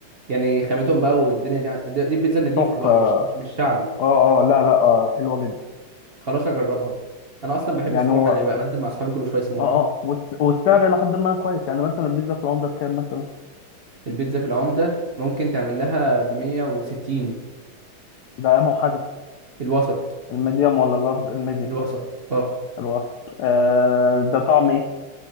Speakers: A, on the right (about 50°); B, on the left (about 70°).
A: يعني خامتهم بقى والدنيا دي ع- دي دي البيتزا النضيفه
B: تحفه
A: بقى مش مش مش شعبي
B: اه اه لا لا آه حلوه جدا
A: خلاص هجربها انا اصلا بحب
B: يعني
A: سموحه
B: هو
A: انا بقى بنزل مع اصحابي كل شويه سموحه
B: اه اه والس- والسعر الى حد ما كويس يعني مثلا البيتزا في العمده بكام مثلا
A: البيتزا في العمده ممكن تعمل لها ب 160
B: ده انه حجم
A: الوسط
B: الميديوم ولا اللارج الميديوم
A: الوسط اه
B: الوسط آه ده طعم ايه